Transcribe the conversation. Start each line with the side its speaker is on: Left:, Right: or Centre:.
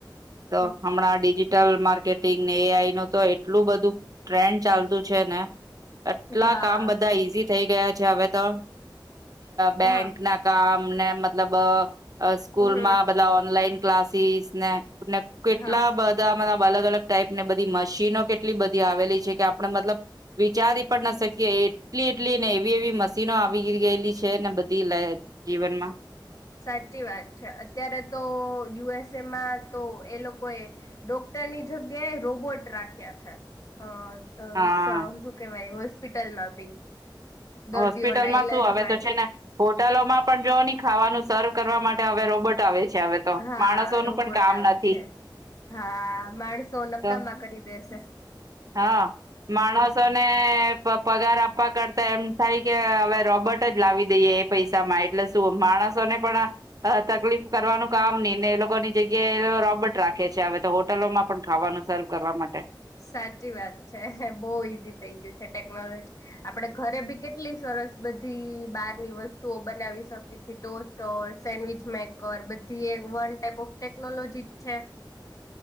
Right: તો
Left: હમ.
Right: હમણાં ડિજિટલ માર્કેટિંગને એ આઈ નું તો એટલું બધું ટ્રેન્ડ ચાલતું છે ને આટલા
Left: હા
Right: કામ બધા ઈઝી થઈ ગયા છે હવે તો- બેંક
Left: હા
Right: ના કામ અમને મતલબ અ સ્કૂલ
Left: હમ
Right: માં બધા ઓનલાઈન ક્લાસીસને કેટલા
Left: હા
Right: બધા મ અલગ અલગ ટાઈપ ને બધી મશીનો કેટલી બધી આવેલી છે કે આપણે મતલબ, વિચારી પણ ના શકીએ એટલી એટલી ને એવી એવી મશીનો આવી ગયેલી છે ને બધી લ જીવનમાં.
Left: સાચી વાત છે અત્યારે તો યુ એસ એમાં તો એ લોકોએ, ડોક્ટરની જગ્યાએ રોબોટ રાખ્યા છે, અ અ
Right: હા
Left: સું કે ભાઈ મસ્ત હોસ્પિટલમાં ભી. દર્દીઓના
Right: હોસ્પિટલમાં
Left: ઈલાજ
Right: શું હવે
Left: માટે
Right: તો છે ને, હોટલોમાં પણ જોઓ ન ખાવાનું સર્વ કરવા માટે હવે રોબોટ આવે છે. હવે તો
Left: હા
Right: માણસોનું
Left: રોબોટ
Right: પણ કામ
Left: આવે
Right: નથી
Left: છે, હા માણસો નક્કામાં
Right: તો
Left: કરી દેશે.
Right: હા માણસો ને પગાર આપવા કરતા એમ થાય કે હવે રોબર્ટ જ લાવી દઈએ એ પૈસામાં એટલે શું માણસોને પણ, તકલીફ કરવાનું કામ નહી ને એ લોકો લોકોની જગ્યાએ રોબર્ટ રાખે છે હવે તો હોટલો માં પણ ખાવાનું સર્વ કરવા માટે.
Left: સાચી વાત છે બહુ ઈઝી થઈ ગયું છે ટેકનોલોજી, આપડે ઘરે ભી કેટલી સરસ બધી બારની વસ્તુઓ બનાવી શકી છે ટોસ્ટર સેન્ડવીચ મેકર બધી એ વન ટાઈપ ઓફ ટેકનોલોજી છે.